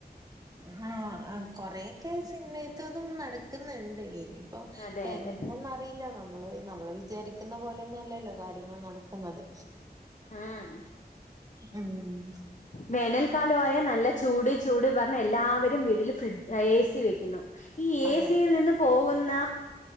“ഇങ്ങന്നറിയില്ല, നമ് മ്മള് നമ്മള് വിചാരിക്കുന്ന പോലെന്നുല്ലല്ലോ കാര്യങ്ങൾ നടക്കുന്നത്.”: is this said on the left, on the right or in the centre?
Right